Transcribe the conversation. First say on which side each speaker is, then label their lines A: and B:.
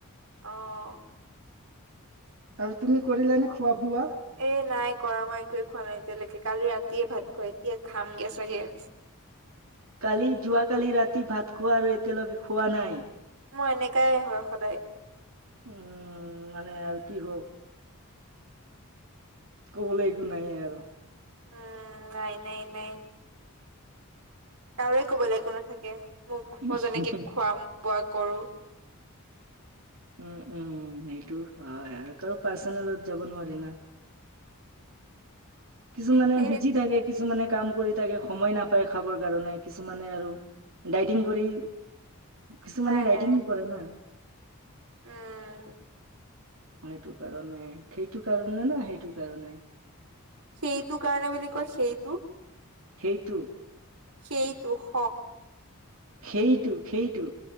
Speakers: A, on the right; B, on the right.
A: আহ।
B: আৰু তুমি কৰিলা নে খোৱা বোৱা।
A: এ নাই কৰা মই একোৱে খোৱা নাই এতিয়ালৈকে কালি ৰাতিয়ে ভাত খোৱা এতিয়া খামগে চাগে। <inaudible>
B: কালি যোৱাকালি ৰাতি ভাত খোৱা আৰু এতিয়ালৈকে খোৱা নাই।
A: মই এনেকাই হয় সদায়।
B: উম মানে আৰু কি কও। কবলৈ একো নাই আৰু।
A: উম নাই নাই নাই। কাৰোৱেই কবলৈ একো নাথাকে মোক
B: উম
A: মই যেনেকে খুৱাম বোৱা কৰো।
B: উম উম সেইটো হয় আৰু কাৰো পাৰ্চনেলত যাব নোৱাৰি না।
A: <inaudible>
B: কিছুমানে
A: সেই
B: বিজি থাকে। কিছুমানে কাম কৰি থাকে সময় নাপায় খাবৰ কাৰণে কিছুমানে আৰু। ডাইটিং কৰি কিছুমানে
A: নাই
B: ডাইটিং
A: নাই
B: কৰে না।
A: উম।
B: মানে এইটো কাৰণে খেইটো কাৰণে না সেইটো কাৰণে।
A: সেইটো কাৰণে বুলি কয় সেইটো।
B: খেইটো।
A: সেই টু শ।
B: খেইটো খেইটো।